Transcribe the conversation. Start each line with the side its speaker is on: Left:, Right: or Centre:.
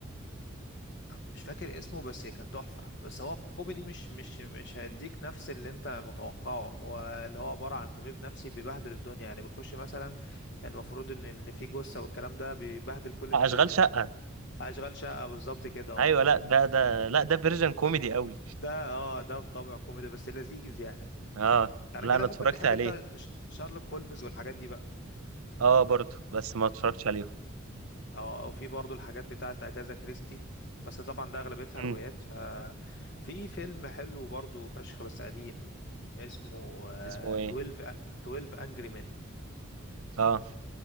Left: مش فاكر اسمه بس كان تحفة بس هو كوميدي مش مش مش هيديك نفس اللي انت متوقعه هو اللي هو عبارة عن طبيب نفسي بيبهدل الدنيا يعني بيخش مثلا المفروض ان اللي فيه جثة والكلام ده بيبهدل كل
Right: اشغال
Left: الأدلة
Right: شقه
Left: أشغال شقة بالظبط كده اه
Right: ايوه لا ده ده لا ده فيرجن كوميدي قوي
Left: ده اه ده في طابع كوميدي بس لذيذ يعني
Right: اه
Left: على
Right: لا
Left: كده
Right: انا
Left: ممكن
Right: اتفرجت
Left: تحب
Right: عليه
Left: انت ش- شارلوك هولمز والحاجات دي بقى
Right: اه برضو بس ما اتفرجتش عليهم
Left: او او في برضو الحاجات بتاعه اجازا كريستي بس طبعا ده اغلبيتها
Right: امم
Left: روايات ففي فيلم حلو برضو فشخ بس قديم اسمه آه،
Right: اسمه ايه
Left: 12 12 انجري مان
Right: اه